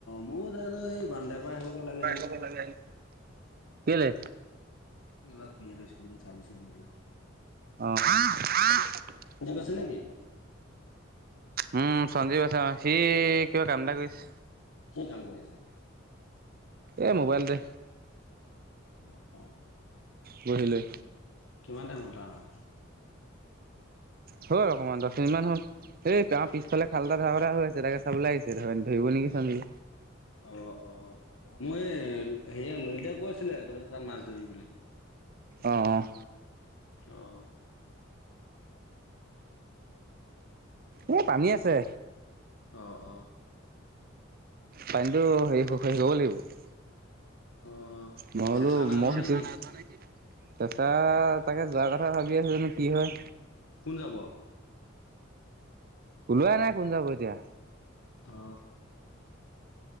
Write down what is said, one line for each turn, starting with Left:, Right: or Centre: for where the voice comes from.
Left: ময়ো জানো এই বান্দা পৰা আহিবগে লাগে হেনো।
Right: <unintelligible> কেলে?
Left: এইবাৰ <unintelligible>
Right: অ-অ। <unintelligible>
Left: আছে নেকি?
Right: উম সঞ্জীৱ আছে। অ সি কিবা কাম এটা কৰিছে।
Left: কি কাম কৰি আছে?
Right: এই মোবাইলতে।
Left: অ।
Right: বহিলই
Left: কিমান টাইম ওলটা আহা?
Right: হল অকমান দহ মিনিটমান হ'ল। সেই গাঁৱৰ পিছফালে খাল এটা ধৰা কথা হৈ আছে। তাকে চাব লে আহিছিলোঁ। ধ ধৰিব নেকি ছাগে।
Left: অ-অ। মই এএ সেয়ে ললিতাই কৈছিলে, তহঁতে তাত মাছ ধৰিবি বুলি।
Right: অঁ, অঁ।
Left: অঁ।
Right: এ পানী আছে।
Left: অ অ
Right: পানীটো হেৰি সুখ হায়ি আহিবও লাগিব।
Left: অ
Right: নহলো
Left: চেঁচা নাই
Right: মক
Left: যোৱা নেকি?
Right: জু <unintelligible> তাছা সচাকে যোৱাৰ কথা ভাবি আছো। জানো কি হয়?
Left: কি হ'ব?
Right: ওলোৱাই নাই কোন যাব এতিয়া।
Left: অ